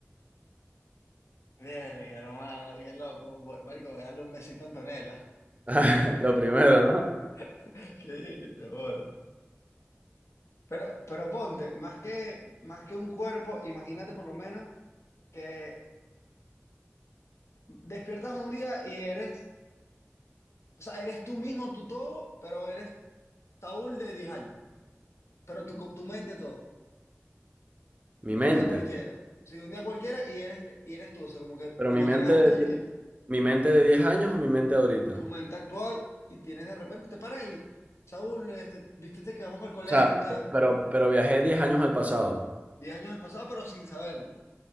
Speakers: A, on the left (about 70°); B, on the right (about 30°).
A: Verga, hermano, qué loco. Bu- Marico, voy a darle un besito a Antonella.
B: <laughs> Lo primero, ¿no?
A: <laughs> Sí, de bola. Pero, pero ponte, más que, más que un cuerpo, imagínate por lo menos que despiertas un día y eres, o sea, eres tú mismo, tú todo, pero eres Saúl de 10 años. Pero tu, co- tu mente todo.
B: Mi
A: Un
B: mente.
A: día cualquiera. Sí, un día cualquiera y eres, y eres tú. O sea, como que,
B: Pero
A: como
B: mi mente
A: te viajaste
B: de,
A: en
B: die-
A: el tiempo.
B: mi mente de diez años o mi mente de ahorita.
A: tu mente actual y tienes de repente, te paras y, Saúl, este, viste, te quedamos para el colegio
B: O sea,
A: y tal,
B: pero, pero viajé 10 años al pasado.
A: diez años al pasado, pero sin saberlo.